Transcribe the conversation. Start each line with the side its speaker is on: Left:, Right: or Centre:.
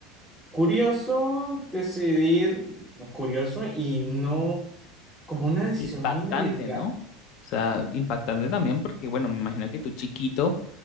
Centre: curioso decidir, curioso y no como una decisión
Left: Impactante,
Centre: muy arriesgada.
Left: ¿no? O sea, impactante también porque, bueno, me imagino que tú chiquito,